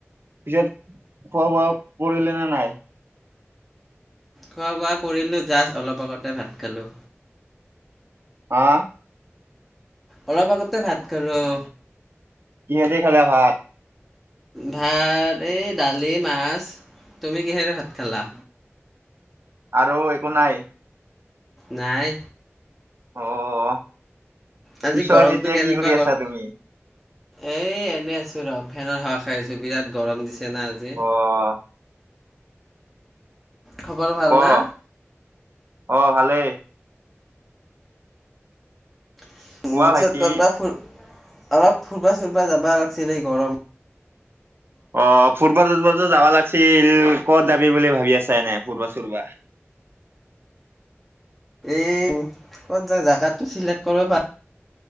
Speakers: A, on the right; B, in the centre.
A: পিছত খোৱা -বোৱা কৰিলে নে নাই?
B: খোৱা-বোৱা কৰিলো। জাষ্ট অলপ আগতে ভাত খালো।
A: আহ।
B: অলপ আগতে ভাত খালোঁ।
A: কিহেদি খালে ভাত?
B: ভাত এই দালি মাছ। তুমি কিহেৰে ভাত খালা?
A: আৰু একো নাই?
B: নাই।
A: অ'হ।
B: আজি
A: পিছত
B: গৰমটো
A: এতিয়া
B: কেনেকুৱা
A: কি কৰি
B: গৰম
A: আছা তুমি?
B: এই এনেই আছো ৰ', ফেনৰ হাৱা খাই আছো বিৰাট গৰম দিছে। তেনাই আজি,
A: অ',
B: খবৰ ভাল
A: কহ
B: না?
A: ', অ, ভালেই।
B: উম,
A: কোৱা
B: পিচত
A: ভাইটি।
B: কৰবা ফোন। অলপ ফুুৰবা- চুুৰবা যাবা লাগিছিল এই গৰম,
A: অহ', ফুৰব -চুৰবাতো যাবা লাগিছিল, ক'ত যাবি বুলি ভাবি আছা এনে ফুৰবা- চুৰবা?
B: এ', ক'ত যায় জাগাটো চিলেক্ট কৰব পাৰি,